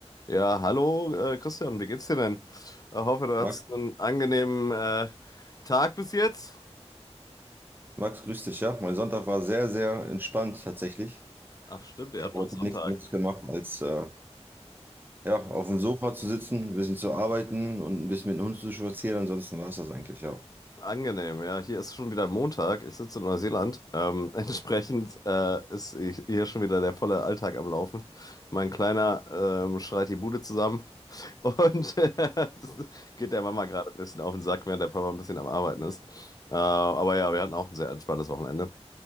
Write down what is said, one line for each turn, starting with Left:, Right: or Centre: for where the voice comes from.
Left: Ja, hallo äh, Christian, wie geht's dir denn? Ich hoffe, du hattest
Right: Max,
Left: einen angenehmen äh, Tag bis jetzt.
Right: Max, grüß dich, ja. Mein Sonntag war sehr, sehr entspannt tatsächlich.
Left: Ach stimmt, ihr
Right: Ich
Left: habt
Right: habe
Left: noch
Right: heute
Left: Sonntag.
Right: nichts anderes gemacht, als äh, ja, auf dem Sofa zu sitzen, ein bisschen zu arbeiten und ein bisschen mit dem Hund zu spazieren. Ansonsten war es das eigentlich, ja.
Left: Angenehm, ja. Hier ist schon wieder Montag. Ich sitze in Neuseeland. Ähm, <laughs> entsprechend äh, ist ich- hier schon wieder der volle Alltag am Laufen. Mein Kleiner ähm, schreit die Bude zusammen <laughs> und äh, das geht der Mama gerade ein bisschen auf den Sack, während der Papa ein bisschen am Arbeiten ist. Äh, aber ja, wir hatten auch ein sehr entspanntes Wochenende.